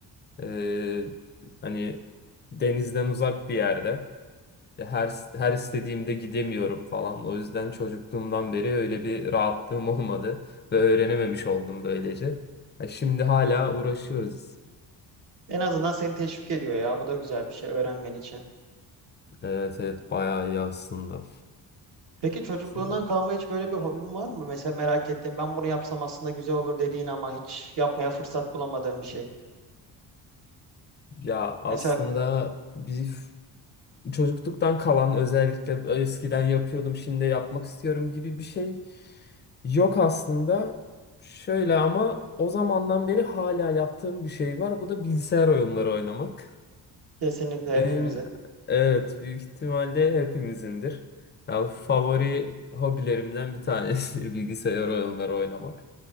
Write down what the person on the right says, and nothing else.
En azından seni teşvik ediyor ya. Bu da güzel bir şey öğrenmen için.
Peki çocukluğundan
kalma hiç böyle bir hobin var mı? Mesela merak ettiğin ben bunu yapsam aslında güzel olur dediğin ama hiç yapmaya fırsat bulamadığın bir şey.
Mesela
kesinlikle
hepimizin.